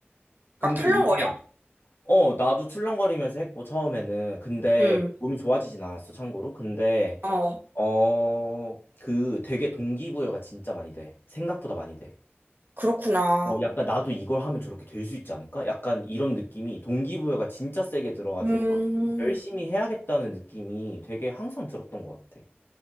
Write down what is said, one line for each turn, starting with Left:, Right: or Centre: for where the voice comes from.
Left: 근데
Right: 막 털렁거려?
Left: 이게, 어, 나도 출렁거리면서 했고, 처음에는. 근데
Right: 응.
Left: 몸이 좋아지진 않았어, 참고로. 근데,
Right: 어,
Left: 어, 그 되게 동기부여가 진짜 많이 돼. 생각보다 많이 돼.
Right: 그렇구나.
Left: 어, 약간 나도 이걸 하면 저렇게 될 수 있지 않을까? 약간 이런 느낌이 동기부여가 진짜 세게 들어가지고
Right: 음.
Left: 막 열심히 해야겠다는 느낌이 되게 항상 들었던 것 같아.